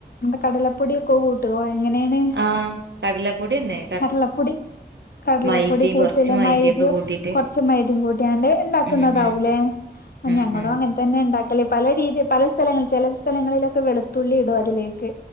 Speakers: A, on the left (about 60°); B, on the right (about 90°).
A: കടലപ്പൊടിയൊക്കെ കൂട്ട് ട്ടുവോ എങ്ങനെയാണ്
B: ആഹ് കടലപ്പൊടിയന്നെ
A: കടലപ്പൊടി കടലപ്പൊടി
B: മൈദയും
A: കൂട്ടില്ല
B: കൊറച്ച് മൈദയൊക്കെ
A: മൈദയോ
B: കൂട്ടിട്ട്
A: കൊറച്ചു മൈദേം കൂട്ടിയാണ്ട് ഉണ്ടാക്കുന്നതാവലേ
B: ഉം ഉം ഉം
A: ഞങ്ങളും
B: ഉം
A: അങ്ങനെ തന്നെ ഉണ്ടാക്കലേ പല രീതി പല സ്ഥലങ്ങളിൽ ചില സ്ഥലങ്ങളിലൊക്കെ വെളുത്തുള്ളി ഇടും അതിലേക്ക്